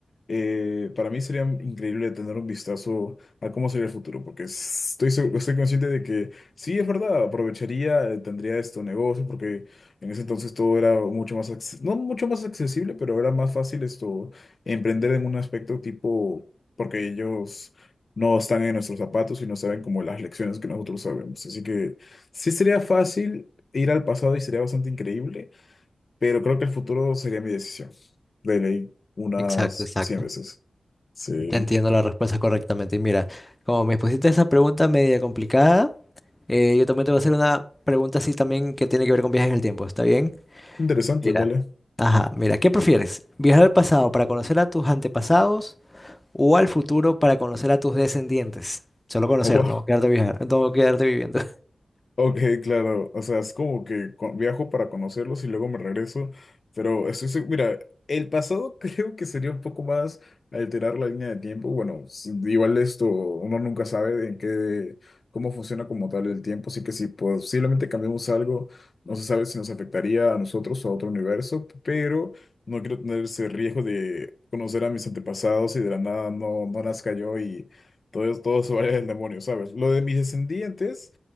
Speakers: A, on the left; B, on the left.
A: eh, para mí sería increíble tener un vistazo a cómo sería el futuro, porque estoy, seg- estoy consciente de que sí, es verdad, aprovecharía, eh, tendría estos negocios, porque en ese entonces todo era mucho más, acce- no mucho más accesible, pero era más fácil esto, emprender en un aspecto tipo, porque ellos no están en nuestros zapatos y no saben como las lecciones que nosotros sabemos. Así que sí sería fácil ir al pasado y sería bastante increíble. Pero creo que el futuro sería mi decisión. De ley, unas
B: Exacto, exacto.
A: 100 veces. Sí.
B: Te entiendo la respuesta correctamente. Y mira, como me pusiste esa pregunta media complicada, Eh, yo también te voy a hacer una pregunta así también que tiene que ver con viajes en el tiempo, ¿está bien?
A: Interesante,
B: Mira,
A: dale.
B: Ajá, mira, ¿qué prefieres? ¿Viajar al pasado para conocer a tus antepasados o al futuro para conocer a tus descendientes? Solo conocer,
A: Oh, wow.
B: no quedarte viajar, no quedarte viviendo.
A: Ok, claro, o sea, es como que co- viajo para conocerlos y luego me regreso, pero estoy seguro, mira, el pasado <laughs> creo que sería un poco más alterar la línea de tiempo, bueno, s- igual esto, uno nunca sabe en qué, cómo funciona como tal el tiempo, así que si posiblemente cambiamos algo, no se sabe si nos afectaría a nosotros o a otro universo, pero no quiero tener ese riesgo de conocer a mis antepasados y de la nada no, no nazca yo y todo, todo se vaya del demonio, ¿sabes? Lo de mis descendientes